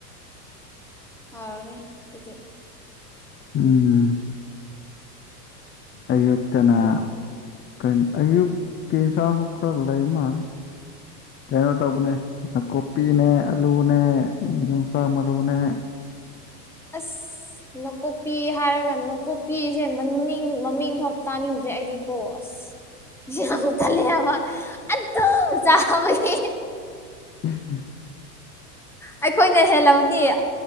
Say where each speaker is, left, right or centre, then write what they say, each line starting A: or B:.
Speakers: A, in the centre; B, on the left (about 20°).
A: ꯍꯥꯎꯔꯅꯦ ꯑꯗꯨꯗꯤ
B: ꯎꯝ ꯑꯌꯨꯛ ꯇꯅꯥ ꯀ ꯑꯌꯨꯛꯀꯤ ꯏꯟꯁꯥꯁꯨ ꯈꯔ ꯂꯩ ꯃꯥꯜꯂꯦ ꯀꯩꯅꯣ ꯇꯧꯕꯅꯦ ꯅꯥꯀꯨꯞꯄꯤꯅꯦ ꯑꯂꯨꯅꯦ ꯌꯣꯡꯁꯥꯛ ꯃꯔꯨꯅꯦ
A: ꯑꯁ ꯅꯀꯣꯛ ꯄꯤ ꯍꯥꯏꯔꯒ ꯅꯥꯀꯨꯞꯄꯤꯁꯦ ꯃꯅꯤꯡ ꯃꯃꯤꯡ ꯐꯥꯎ ꯇꯥꯅꯤꯡꯗ꯭ꯔꯦ ꯑꯩꯗꯤ ꯀꯣ ꯑꯁ ꯌꯥꯝ ꯇꯜꯂꯦ ꯍꯥꯏꯕ ꯑꯗꯨꯝ ꯆꯥꯕꯒꯤ
B: ꯍꯝ
A: ꯑꯩꯈꯣꯏꯅ ꯍꯦꯜꯂꯕꯗꯤ